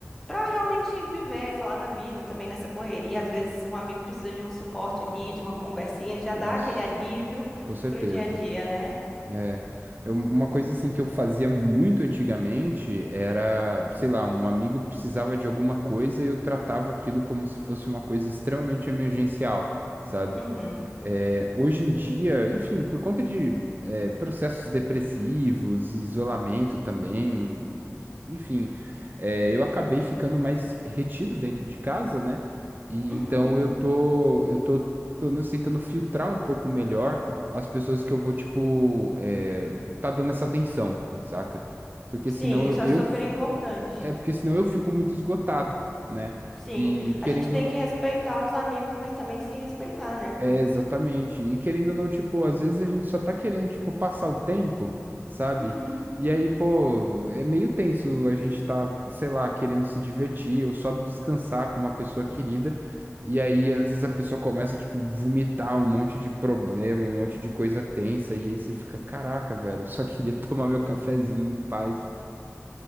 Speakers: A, in the centre; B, on the right.
A: para realmente viver, falar da vida também nessa correria. Às vezes um amigo precisa de um suporte ali, de uma conversinha, já
B: Nossa,
A: dá aquele alívio
B: com certeza.
A: pro dia a dia, né?
B: É, eu- uma coisa assim que eu fazia muito antigamente era, sei lá, um amigo precisava de alguma coisa e eu tratava aquilo como se fosse uma coisa extremamente emergencial, sabe?
A: Uhum.
B: É, hoje em dia, enfim, por conta de é, processos depressivos, isolamento também, enfim, é, eu acabei ficando mais retido dentro de casa, né? E
A: Uhum.
B: então eu tô, eu tô pelo menos tentando filtrar um pouco melhor as pessoas que eu vou, tipo, é, tá dando essa atenção, saca? Porque
A: Sim,
B: senão eu,
A: isso é
B: eu
A: super
B: f-
A: importante.
B: é porque senão eu fico muito esgotado, né?
A: Sim,
B: E querendo
A: a gente tem
B: ou não
A: que respeitar os amigos, mas também se respeitar, né?
B: é, exatamente. E querendo ou não, tipo, às vezes a gente só tá querendo, tipo, passar o tempo, sabe?
A: Uhum.
B: E aí, pô, é meio tenso a gente tá, sei lá, querendo se divertir ou só descansar com uma pessoa querida. E aí, às vezes a pessoa começa, tipo, vomitar um monte de problema, um monte de coisa tensa. E aí você fica, caraca, velho, eu só queria <laughs> tomar meu cafezinho em paz.